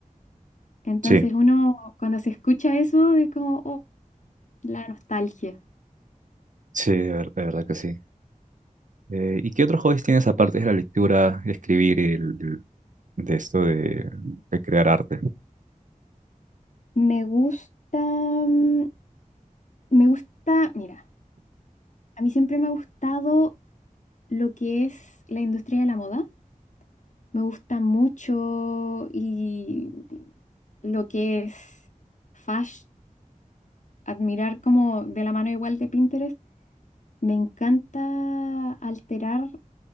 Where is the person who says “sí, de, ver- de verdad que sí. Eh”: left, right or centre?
Right